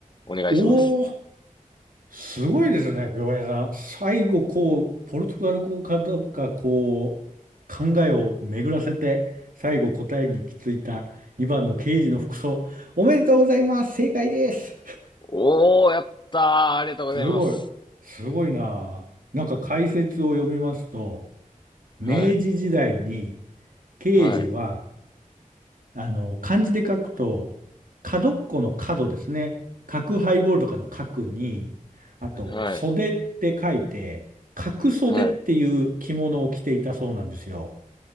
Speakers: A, on the left; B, on the right.
A: お願いします。
B: おー、すごいですね、久保さん。最後、こう、ポルトガル語かどうか、こう、考えを巡らせて、最後答えに行き着いた2番の刑事の服装。おめでとうございます。正解です。
A: おー、やったー。ありがとうございます。
B: すごい。すごいなあ。なんか解説を読みますと、明治時代に
A: はい、
B: 刑事は
A: はい、
B: あの、漢字で書くと、角っこの角ですね。角ハイボールとかの角に、あと、
A: はい、
B: 袖って書いて、角袖っていう着物を着ていたそうなんですよ。
A: はい、